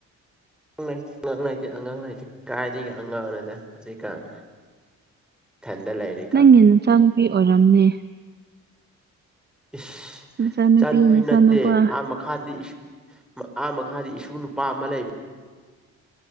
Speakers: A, in the centre; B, on the right (about 35°).
A: ꯥꯑꯉꯥꯡ ꯂꯩ ꯑꯉꯥꯡ ꯂꯩꯇꯦ ꯑꯉꯥꯡ ꯂꯩꯇꯦ ꯀꯥꯏꯗꯒꯤ ꯑꯉꯥꯡꯅꯣꯗꯥ ꯍꯧꯖꯤꯛꯀꯥꯟ ꯊꯟꯗ ꯂꯩꯌꯤ
B: ꯅꯪꯒꯤ ꯅꯆꯥꯅꯨꯄꯤ ꯑꯣꯏꯔꯝꯅꯤ
A: ꯏꯁ
B: ꯅꯆꯥꯅꯨꯄꯤ
A: ꯏꯆꯥꯅꯨꯄꯤ
B: ꯅꯆꯥꯅꯨꯄꯥ
A: ꯅꯠꯇꯦ ꯑꯥ ꯃꯈꯥꯗꯤ ꯑꯥ ꯃꯈꯥꯗꯤ ꯏꯁꯨ ꯅꯨꯄꯥ ꯑꯃ ꯂꯩꯕ